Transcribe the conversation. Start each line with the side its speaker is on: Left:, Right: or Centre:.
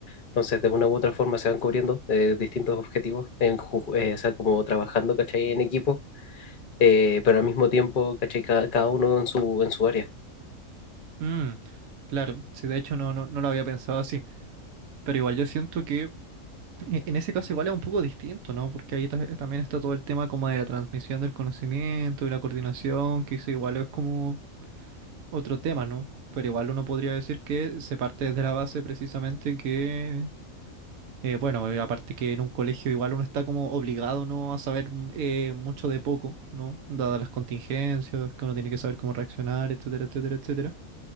Left: Entonces, de una u otra forma se van cubriendo eh, distintos objetivos, en, ju- eh, o sea, como trabajando, ¿cachai?, en equipo eh, pero al mismo tiempo, ¿cachai? Cada, cada uno en su, en su área.
Right: Mm, claro, sí, de hecho no, no, no lo había pensado así, pero igual yo siento que E- En ese caso igual es un poco distinto, ¿no? Porque ahí ta- también está todo el tema como de la transmisión del conocimiento y la coordinación, que eso igual es como otro tema, ¿no? Pero igual uno podría decir que se parte desde la base precisamente que, eh, bueno, eh, aparte que en un colegio igual uno está como obligado, ¿no? A saber mm, eh, mucho de poco, ¿no? Dadas las contingencias, que uno tiene que saber cómo reaccionar, etcétera, etcétera, etcétera.